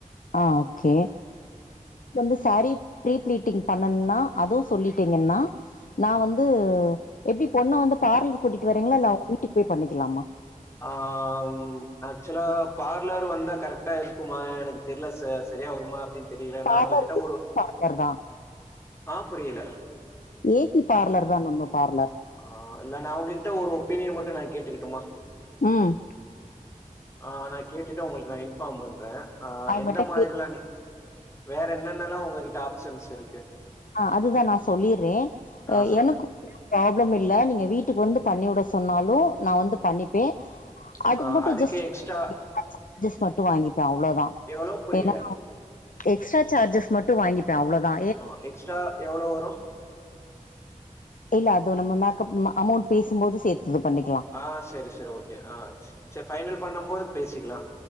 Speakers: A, on the left; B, on the left.
A: ஆ ஓகே வந்து சாரீ ப்ரீ பிளீட்டிங் பண்ணனுனா அது சொல்லிட்டீங்னா நா வந்து எப்டி பொண்ண வந்து பார்லர்க் கூட்டிட்டு வரீங்களா இல்ல வீட்டுக்கு போய் பண்ணிக்கலாமா
B: ஆ ம் ஆக்சுலா பார்லர் வந்தா கரெக்டா இருக்குமா எனக் தெர்ல சார் செரியா வருமா அப்டின் தெரில
A: பார்லர்
B: நா ஒங்ககிட்ட ஒரு
A: பார்லர் தான்.
B: ஆ புரில
A: ஏ சி பார்லர் தா நம்ம பார்லர்.
B: ஆ இல்ல நா அவுங்ககிட்ட ஒரு ஒப்பீனியன் மட்டு நா கேட்டுக்கிட்டுமா
A: ம்
B: ஆ நா கேட்டுட்டு உங்களுக்கு நா இன்ஃபாம் பண்றே ஆ
A: அவங்கட்ட
B: எந்த மாதிரிலா
A: கே
B: நீங் வேற என்னென்னல்லா உங்ககிட்ட ஆப்ஷன்ஸ் இருக்கு
A: ஆ அதுதா நா சொல்லீர்றே
B: ஆ
A: அ
B: சொல்லுங்க.
A: எனக்கு ப்ராப்ளம் இல்ல நீங்க வீட்டுக்கு வந்து பண்ணிவுட சொன்னாலு நா வந்து பண்ணிப்பே அதுக்கு
B: ஆ
A: மட்டு ஜஸ்ட்
B: எக்ஸ்ட்ரா
A: <inaudible> ஜஸ் மட்டு வாங்கிப்பே அவ்ளோதா
B: எவ்ளோ? புரியல.
A: ஏனா எக்ஸ்ட்ரா சார்ஜஸ் மட்டும் வாங்கிப்பே அவ்ளோதா
B: ஓ எக்ஸ்ட்ரா எவளோ வரு
A: இல்ல அது நம்ம மேக்கப் ம்மா அமௌண்ட் பேசும்போது சேத்து இது பண்ணி
B: ஆ செரி செரி ஓகே ஆ ச் செர் ஃபைனல் பண்ணம்போது பேசிக்கலா